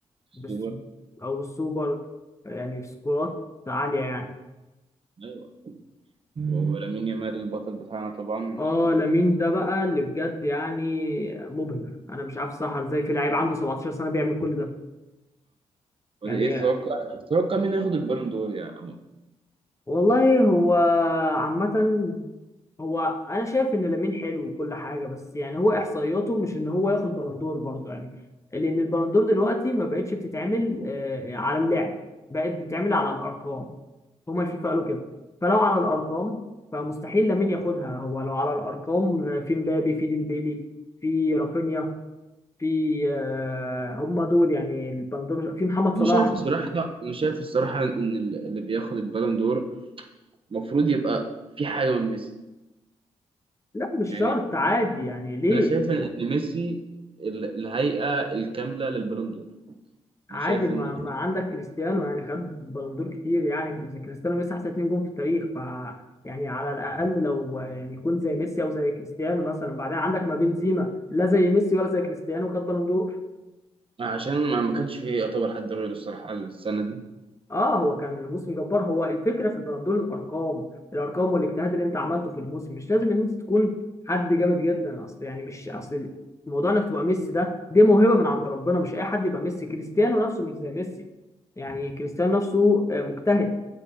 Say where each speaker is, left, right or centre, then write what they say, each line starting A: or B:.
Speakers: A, on the left; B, on the right.
A: بس
B: سوبر
A: أو السوبر يعني سكورات عالية يعني
B: أيوه مم. ولامين يامال البطل بتاعنا طبعا
A: اه لامين ده بقى اللي بجد يعني مبهر انا مش عارف صح ازاي في لعيب عنده 17 سنه بيعمل كل ده يعني
B: ايه تتوقع تتوقع مين ياخد البالون دور يا امام
A: والله هو عامة هو انا شايف ان لامين حلو وكل حاجه بس يعني هو احصائياته مش ان هو ياخد بلندور برضه يعني لان البلندور دلوقتي ما بقتش بتتعمل آه، على اللعب بقت بتتعمل على الارقام هما الفيفا قالوا كده فلو على الارقام فمستحيل لامين ياخدها هو لو على الارقام آه، في مبابي في ديمبيلي في رافينيا في آه، هما دول يعني البلندور في محمد
B: انا
A: صلاح
B: شايف الصراحه انا شايف الصراحه ان ال- اللي بياخد البالون دور المفروض يبقى في حاجه من ميسي
A: لا مش
B: يعني
A: شرط عادي يعني ليه
B: انا شايف
A: <laughs>
B: ان إن ميسي ال- الهيئه الكامله للبالون دور
A: عادي
B: انا شايف
A: ما,
B: ان
A: ما عندك كريستيانو يعني خد بلندور كتير يعني كريستيانو ميسي احسن اتنين جون في التاريخ ف يعني على الاقل لو يعني يكون زي ميسي او زي كريستيانو مثلا بعدين عندك ما بنزيما لا زي ميسي ولا زي كريستيانو خد بلندور
B: عشان ما ما كانش فيه يعتبر حد غيره الصراحه السنه دي
A: اه هو كان موسم جبار هو الفكره في البلندور الارقام الارقام والاجتهاد اللي انت عملته في الموسم مش لازم ان انت تكون حد جامد جدا اصل يعني مش اصل موضوع انك تبقى ميسي ده دي موهبه من عند ربنا مش اي حد يبقى ميسي كريستيانو نفسه مش زي ميسي يعني كريستيانو نفسه آه، مجتهد